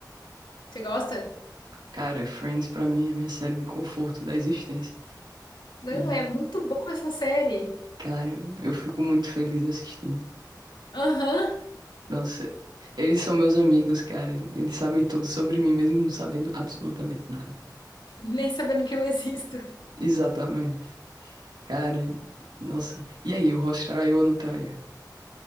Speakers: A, on the left; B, on the right.
A: Você gosta?
B: Cara, Friends pra mim é a minha série de conforto da existência.
A: Não,
B: E,
A: é muito boa essa série.
B: cara, eu fico muito feliz assistindo.
A: Aham.
B: Nossa, eles são meus amigos, cara. Eles sabem tudo sobre mim, mesmo não sabendo absolutamente nada.
A: <laughs> Nem sabendo que eu existo.
B: Exatamente. Cara, nossa. E aí, o Ross traiu ou não traiu?